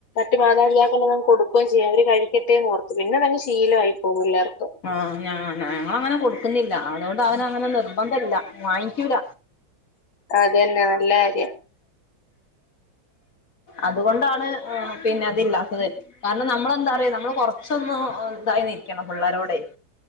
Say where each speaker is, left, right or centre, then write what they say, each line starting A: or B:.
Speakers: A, on the left; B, on the left.
A: കുട്ടി മാതാതാക്കളെ നമ്മു കൊടുക്കുകയും ചെയ്യും അവര് കഴിക്കട്ടെന്ന് ഓർത്ത് പിന്നെ അതങ്ങ് ശീലമായി പോകും പിള്ളേർക്ക്
B: ആഹ ഞാ ഞങ്ങ അങ്ങനെ കൊടുക്കുന്നില്ല അതുകൊണ്ട് അവന അങ്ങനെ നിർബന്ധ ഇല്ല വാങ്ങിക്കൂല
A: അത തന്നെ നല്ല കാര്യം
B: അതുകൊണ്ടാണ് പിന്നെ അതില്ലാത്തത് കാരണം നമ്മളെന്താറിയോ നമ്മള് കൊറച്ചൊന്ന് ഇതായി നിക്കണം പിള്ളരോടെ